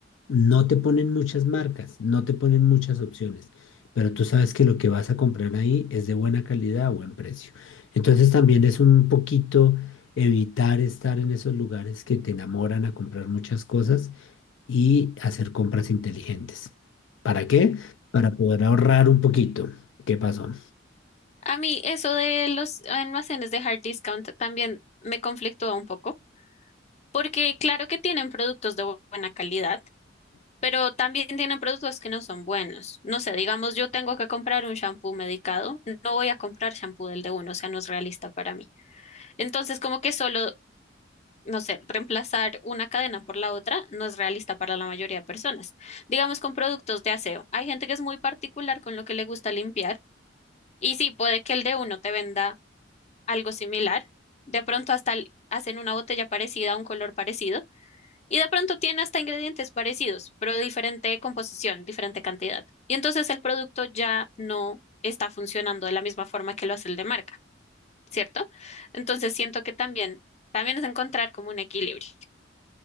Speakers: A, on the left; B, on the left.
A: no te ponen muchas marcas, no te ponen muchas opciones, pero tú sabes que lo que vas a comprar ahí es de buena calidad a buen precio. Entonces también es un poquito evitar estar en esos lugares que te enamoran a comprar muchas cosas y hacer compras inteligentes. ¿Para qué? Para poder ahorrar un poquito. ¿Qué pasó?
B: A mí eso de los almacenes de hard discount también me conflictúa un poco, porque claro que tienen productos de bu- buena calidad, pero también tienen productos que no son buenos. No sé, digamos, yo tengo que comprar un shampoo medicado, no voy a comprar shampoo del de uno, o sea, no es realista para mí. Entonces, como que solo, no sé, reemplazar una cadena por la otra no es realista para la mayoría de personas. Digamos, con productos de aseo, hay gente que es muy particular con lo que le gusta limpiar. Y sí, puede que el de uno te venda algo similar. De pronto hasta l- hacen una botella parecida, un color parecido, y de pronto tiene hasta ingredientes parecidos, pero diferente composición, diferente cantidad. Y entonces el producto ya no está funcionando de la misma forma que lo hace el de marca, ¿cierto? Entonces siento que también, también es encontrar como un equilibrio.